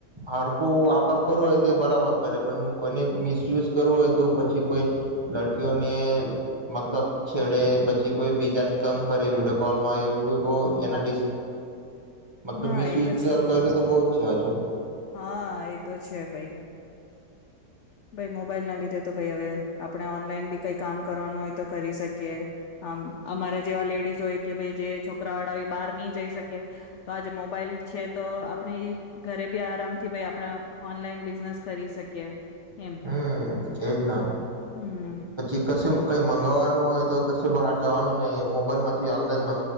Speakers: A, on the right (about 20°); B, on the left (about 85°).
A: હડકુ વાપર કરવું હોય તો બરાબર કરે પણ કોઈને મિસયુઝ કરવું હોય તો પછી કોઈ, લડકીઓને મતલબ છેડે પછી કોઈ બીજાને તંગ કરે વિડીયો કોલમાં એવું બ બ એના મતલબ
B: હા
A: મિસયુઝ
B: એ તો છે
A: કર્યું તો બહ છ હજુ.
B: હા એ તો છે ભાઈ. ભાઈ મોબાઈલ ના લીધે તો ભાઈ હવે આપણે ઓનલાઈન બી કઈ કામ કરવાનું હોય તો કરી શકીએ, આમ અમારે જેવા લેડીઝ હોય કે ભાઈ જે છોકરા વાળા હોય બહાર નહી જઈ શકીએ તો આજે મોબાઈલ છે તો આપણે ઘરે બી આરામથી ભાઈ આપણે ઓનલાઈન બિઝનેસ કરી શકીએ. એમ
A: હમ એજ ના,
B: હમ
A: પછી કશે
B: તો
A: કઈ મગાવવાનું હોય તો કશું બહાર જવાનું નહી મોબાઈલમાંથી ઓનલાન